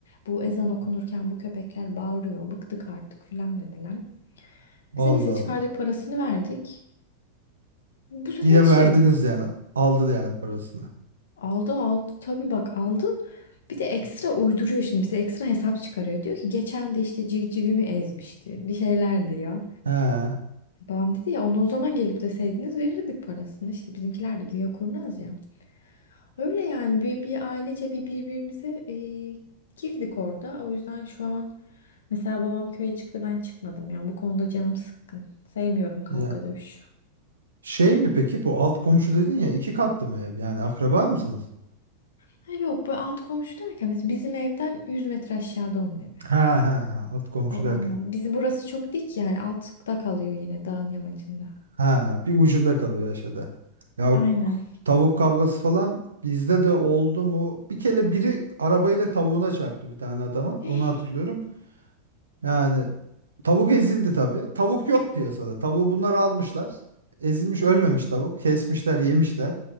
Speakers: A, on the left (about 70°); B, on the right (about 80°).
A: bu ezan okunurken bu köpekler bağırıyor. Bıktık artık filan dediler.
B: Allah
A: Bize neyse çıkardık
B: Allah.
A: parasını verdik. Bu sefer
B: Yine
A: şey
B: verdiniz yani. Aldı yani parasını.
A: Aldı aldı tabii bak aldın. Bir de ekstra uyduruyor şimdi bize ekstra hesap çıkarıyor. Diyor ki geçen de işte civcivimi ezmişti. Bir şeyler diyor.
B: He.
A: Babam dedi ya onu o zaman gelip deseydiniz verirdik parasını. İşte bizimkiler de güya kurnaz ya. Öyle yani bir, bir ailece bir birbirimize e, girdik orada. O yüzden şu an mesela babam köye çıktı ben çıkmadım. Yani bu konuda canım sıkkın. Sevmiyorum kavga
B: Ya.
A: dövüş.
B: Şey mi peki bu alt komşu dedin ya iki katlı mı ev? Yani akraba mısınız?
A: Ha yok bu alt komşu derken mesela bizim evden 100 metre aşağıda onun evi.
B: Ha ha ha alt komşu
A: O
B: derken.
A: anlam. Bizi burası çok dik yani altta kalıyor yine dağın yamacında.
B: Ha bir ucunda kalıyor aşağıda. Ya o
A: Aynen.
B: k- tavuk kavgası falan bizde de oldu mu? Bir kere biri arabayla tavuğuna çarptı bir tane adamın.
A: <gasps>
B: Onu hatırlıyorum. Yani tavuk ezildi tabii. Tavuk yok piyasada. Tavuğu bunlar almışlar. Ezilmiş ölmemiş tavuk. Kesmişler yemişler.